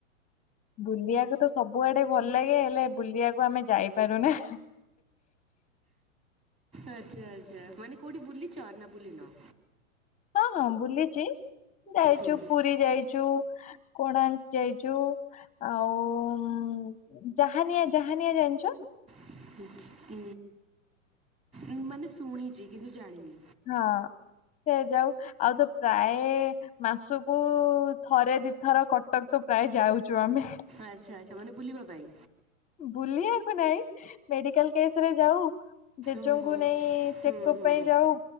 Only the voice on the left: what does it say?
ବୁଲିଆକୁ ତ ସବୁଆଡେ ଭଲ ଲାଗେ। ହେଲ ଲେ ବୁଲିବାକୁ ଆମେ ଯାଇପାରୁ ନା।
ହଁ ହଁ ବୁଲିଚି ଯାଇଚୁ
ପୁରୀ ଯାଇଚୁ କୋଣାକ୍ ଯାଇଚୁ ଆଉ ଉଁ ଜାହାନିଆ ଜାହାନିଆ ଜାଣିଚ?
ହଁ। ସେ ଯାଉ ଆଉ ତ ପ୍ରାୟ ମାସକୁ ଥରେ ଦି ଥର କଟକ ତ ପ୍ରାୟ ଯାଉଚୁ ଆମେ।
ବୁଲିଆ <unintelligible> ନାଇଁ ମେଡିକାଲ କେଶ୍ ରେ ଯାଉ ଜେଜେଙ୍କୁ
ନେଇ
ଚେକଅପ
ପାଇଁ ଯାଉ